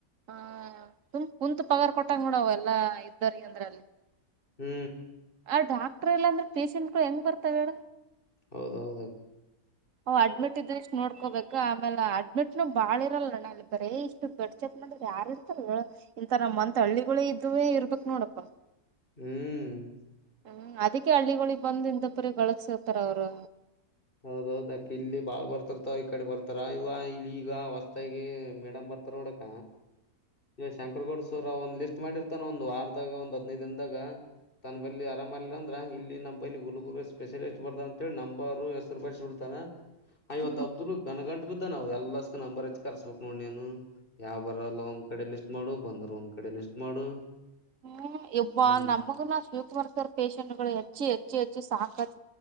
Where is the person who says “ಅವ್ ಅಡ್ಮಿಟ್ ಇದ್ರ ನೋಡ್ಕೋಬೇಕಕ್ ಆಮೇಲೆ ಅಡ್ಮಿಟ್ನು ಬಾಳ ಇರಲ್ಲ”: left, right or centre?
Right